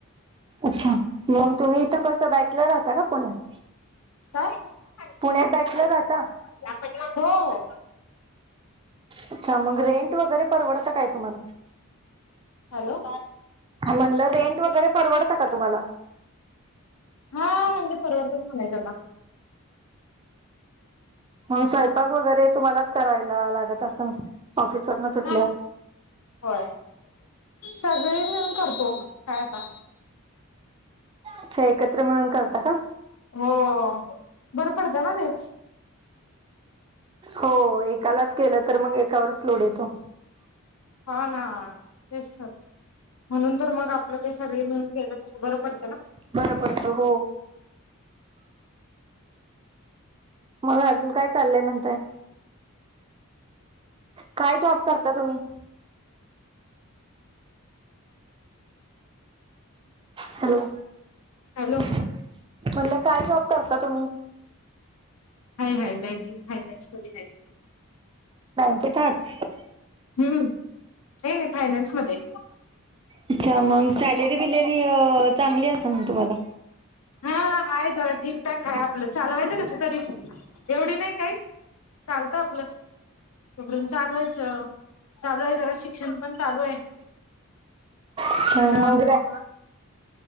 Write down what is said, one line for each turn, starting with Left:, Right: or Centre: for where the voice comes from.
Right: अच्छा मग तुम्ही इथं कस बॅचलर राहता का पुण्यात?
Left: का
Right: पुण्यात
Left: हो
Right: बॅचलर राहता
Left: हो.
Right: अच्छा मग रेंट वगैरे परवडतं काय तुम्हाला?
Left: हॅलो.
Right: म्हणलं रेंट वगैरे परवडतं का तुम्हाला?
Left: हा म्हणजे परवडतच म्हणायचं आता.
Right: मग स्वयंपाक वगैरे तुम्हालाच करायला लागत असंल ऑफिस वरून सुटल्यावर?
Left: हा होय सगळी मिळून करतो काय आता.
Right: अच्छा एकत्र मिळून करता का?
Left: हो बरं पडतं ना तेच.
Right: हो एकालाच केलं तर मग एकावरच लोड येतो.
Left: हो ना तेचतर् म्हणून तर मग आपलं ते सगळे मिळून केलं कसं बरं पडत ना.
Right: बरोबरत हो मग अजून काय चाललंय म्हणताय काय जॉब करता तुम्ही हॅलो
Left: हॅलो
Right: म्हटलं काय जॉब करता तुम्ही
Left: हाय हय बँकिंग हाय बँक्समध्येध्ये आहे
Right: नाहीकेतच
Left: हम् हे नाही फायनान्स मध्ये
Right: अच्छा मग सॅलरी बिलरी चांगली असेल ना तुम्हाला
Left: हा आहेा झाला ठीकठाक ह आपलं चालवायचं कस तरी एवढी नाही काही चालत आपलं करून चालूयच चालू आहे जरा शिक्षण पण चालू आहे
Right: अच्छा
Left: तर
Right: मग ग्रॅ